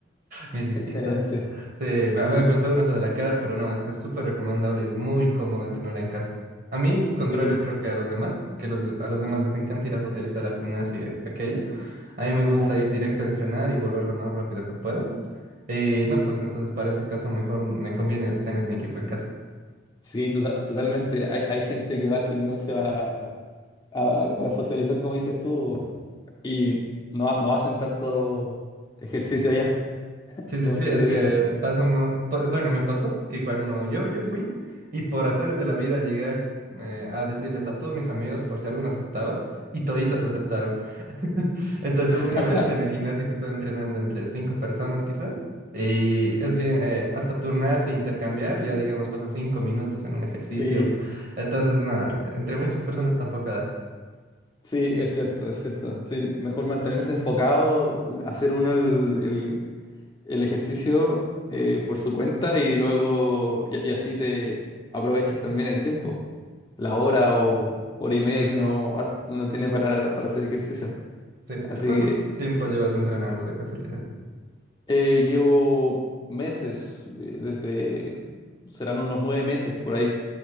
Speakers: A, on the right (about 45°); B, on the left (about 25°).
A: mis disquitos.
B: Excelente,
A: Sí, me,
B: excelente.
A: me costó un ojo de la cara, pero no, es que es súper recomendable y es muy cómodo entrenar en casa. A mí, contrario
B: Sí,
A: creo que a los demás, que los de- a los demás les encanta ir a socializar al gimnasio y aquello. A mí me gusta
B: ajá.
A: ir directo a entrenar y volver lo más rápido que pueda. Y no, pues entonces para ese caso mejor me conviene tener mi equipo en casa.
B: Sí, tota- totalmente. Hay, hay gente que va al gimnasio a, a- a socializar, como dices tú, y no, ha- no hacen tanto ejercicio allá
A: Sí, sí,
B: como
A: sí,
B: se
A: es
B: debiera.
A: que pasa más, pa- bueno, me pasó que cuando yo, yo fui y por azares de la vida llegué a, eh, a decirles a todos mis amigos por si alguno aceptaba y toditos aceptaron. <laughs> Entonces
B: <laughs>
A: hubo una vez en el gimnasio que estaba entrenando entre cinco personas quizá y es bien, eh, hasta turnarse e intercambiar, ya digamos pasa cinco minutos en un ejercicio.
B: Sí,
A: Entonces nada, entre muchas personas tampoco da.
B: Sí, es cierto, es cierto. Sí, mejor mantenerse enfocado, u- hacer uno el, el- el ejercicio eh, por su cuenta y luego, y, y así te aprovechas también el tiempo, la hora o hora y media
A: Sí,
B: que
A: sí.
B: uno, ha- uno tiene para, para hacer ejercicio.
A: Sí.
B: Así
A: ¿Tú cuánto
B: que
A: tiempo llevas entrenando de casualidad?
B: eh, llevo meses, eh, desde, serán unos nueve meses por ahí.